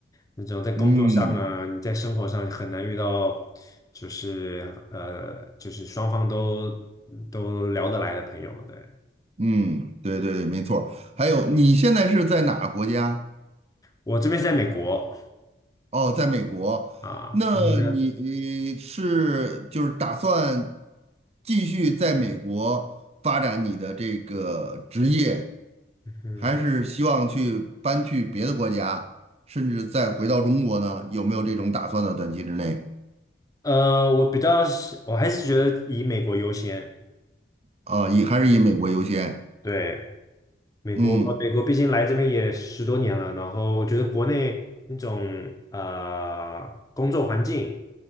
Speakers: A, on the left (about 20°); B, on the right (about 35°).
A: 那种在工作上啊，
B: 嗯，
A: 你在生活上很难遇到，就是呃，就是双方都都聊得来的朋友。对，
B: 嗯，对对对，没错儿还有，你现在是在哪个国家？
A: 我这边是在美国
B: 哦，在美国。
A: 啊，
B: 那你你是就是打算
A: 你呢？
B: 继续在美国发展你的这个职业，
A: 嗯，
B: 还是希望去搬去别的国家，甚至再回到中国呢？有没有这种打算的短期之内
A: 呃，我比较喜，我还是觉得以美国优先。
B: 啊，以还是以美国优先？
A: 对，美国，
B: 嗯。
A: 美国毕竟来这边也十多年了，然后我觉得国内那种呃工作环境